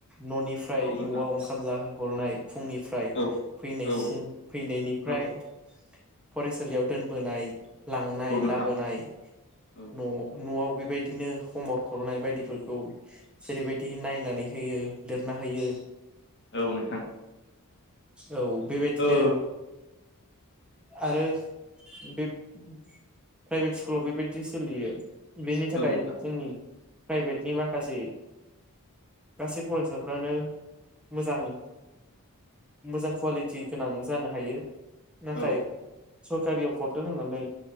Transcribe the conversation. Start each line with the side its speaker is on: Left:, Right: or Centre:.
Centre: न'निफ्राय
Left: औ नोंथां
Centre: न'आव ओंखाम जाहोहरनाय फुंनिफ्राय
Left: औ
Centre: फैनायसिम
Left: औ
Centre: फैनायनिफ्राय
Left: औ
Centre: फरायसालियाव दोन बोनाय लांनाय
Left: औ नोंथां
Centre: लाबोनाय
Left: औ
Centre: न' नआव बेबायदिनो हमवरक हरनाय बायदि फोरखौ जेरैबायदि नायनानै होयो लिरना होयो
Left: औ नोंथां।
Centre: औ बेबायदिनो
Left: ओ
Centre: आरो बे प्राइभेट स्कुलाव बेबायदि सोलियो। बेनि थाखाय
Left: औ नोंथां
Centre: जोंनि प्राइभेटनि माखासे गासै फरायसाफ्रानो मोजां मोजां कुवालिटि गोनां जानो हायो नाथाय
Left: औ
Centre: सरकारियाव हरदों होननानै